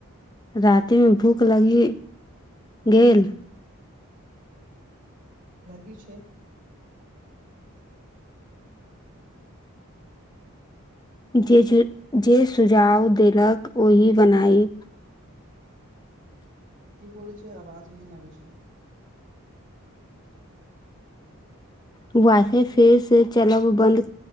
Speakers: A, on the left; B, on the right.
A: रातिमे भूख लगि गेल
B: लागी छै
A: जे-जे-जे सुझाव देलक ओहि बनाइव
B: <unintelligible> की बाजि छै आवाज नहि आबै छै
A: वाईफाई फेरसँ चलब बन्द